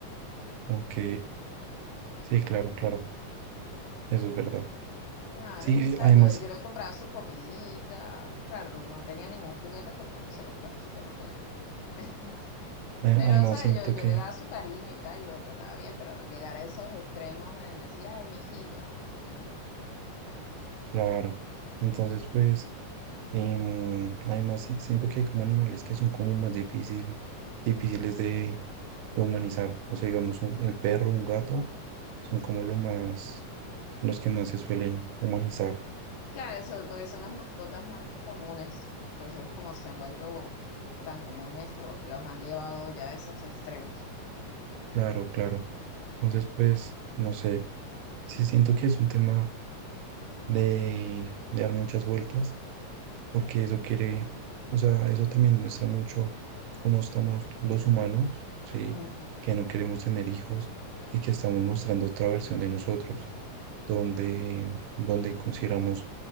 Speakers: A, on the right; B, on the left.
A: ok, sí, claro, claro, eso es verdad.
B: Claro,
A: Sí,
B: y ¿sabes?
A: además,
B: Yo, yo le compraba su comidita, claro, no, no tenía ningún juguete porque no sé, los conejitos no juegan. <laughs>
A: a-
B: Pero,
A: además
B: ¿sabes?
A: siento
B: Yo, yo
A: que,
B: le daba su cariño y tal, y lo trataba bien, pero llegar a esos extremos de decir, ay, mi hijito, no.
A: claro, entonces pues, em, además si- siento que hay como animales que son como más difíciles, difíciles de, de humanizar. O sea, digamos, un- el perro, un gato, son
B: Sí.
A: como lo más, los que más se suelen humanizar.
B: Claro, eso, porque son las mascotas más comunes. Entonces, como se han vuelto tan comunes, los, los han llevado ya a esos extremos.
A: Claro, claro. Entonces pues, no sé, sí siento que es un tema de, de dar muchas vueltas porque eso quiere, o sea, eso también muestra mucho cómo estamos los humanos, ¿sí?
B: Ujú,
A: Que no queremos tener hijos y que estamos mostrando otra versión de nosotros, donde, donde consideramos